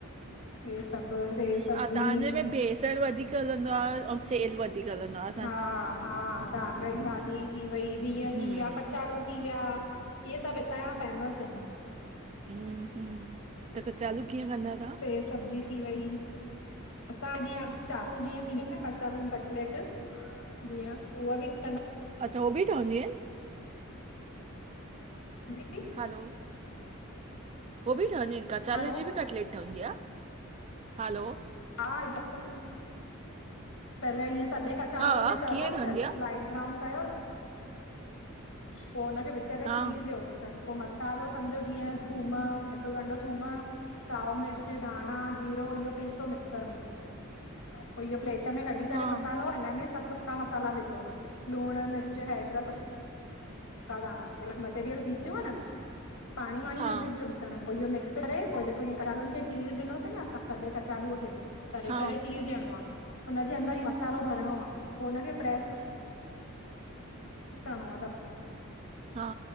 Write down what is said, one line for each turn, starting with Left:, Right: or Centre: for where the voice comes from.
Left: हे सब सेल सब्जी
Right: हा तव्हांजे में बेसण वधीक हलंदो आ अऊ सेयल वधीक हलंदो आ
Left: हा हा दाॻई भाॼी थी वई, बिह
Right: हम्म
Left: थी विया, कचालू थी विया, इहे सभ हितां जा फेमस आहिंन।
Right: हम्म हम्म त चालू कीअं कंदा आयो?
Left: सेल सब्जी थी वई। असां जीअं चापू जीअं थींदियूं आहिन न कचालून कटलेट जीअ उहा बि कं
Right: अच्छा उहे ॿि ठहंदियूं आहिन?
Left: जी
Right: हेलो हो बि ठहंदी इन कचालून
Left: हलो
Right: जी बि कटलेट ठहंदी आ? हेलो
Left: हा मस्त लॻं पहले इअं सॼे कचालूअ
Right: हा,
Left: खे तरोस
Right: कीअं ठहंदी आ?
Left: लाइट ब्राउन कयोस पोइ हुनखे विच ते
Right: हा,
Left: चीर ॾियो त पोइ मस्त मसालो, सम्झो जीअं थूम हिकु ॻंढ थूम साओ मिर्च, धाणा, जीरो इहो पीसो मिक्सर में पोइ इह प्लेट में कढी करे
Right: हा,
Left: मसालो हिन में सभु सु सुका मसाला विझो लूड़, मिर्च, हैड सुका धाणा, मटेरियल पीसीओ न पाणी वाणी
Right: हा,
Left: न बिझजोस पोइ इहो मिक्स करे, पोइ जेको इ कचालूुनि खे चीर ॾिनोसीं न असां सॼे कचालूअ खे तरे
Right: हा,
Left: करे चीर ॾियणो आ। हुनजे अंदर ई मसालो भरणो आ पोइ हुनखे प्रेस करणो आ।
Right: हा।